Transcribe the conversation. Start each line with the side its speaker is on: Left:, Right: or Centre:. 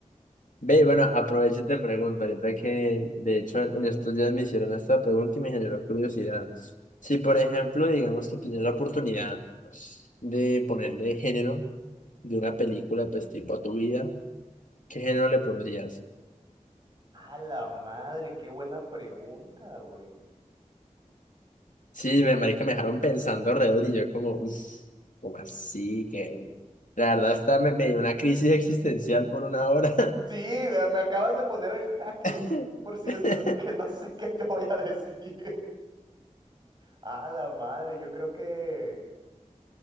Left: Ve, bueno, aprovecho y te pregunto, ahorita que de hecho en estos días me hicieron esta pregunta y me generó curiosidad. Si por ejemplo, digamos que tienes la oportunidad de ponerle género de una película, pues tipo a tu vida, ¿qué género le pondrías?
Right: A la madre, qué buena pregunta, güey.
Left: Sí, me marica, me dejaron pensando alrededor y yo como, uff, como así que... La verdad hasta me, me dio una crisis existencial por una hora.
Right: Sí, me me acabas de poner en jaque,
Left: <laughs>
Right: güey, 100% <laughs> que no sé qué te voy a decir. <laughs> A la madre, yo creo que...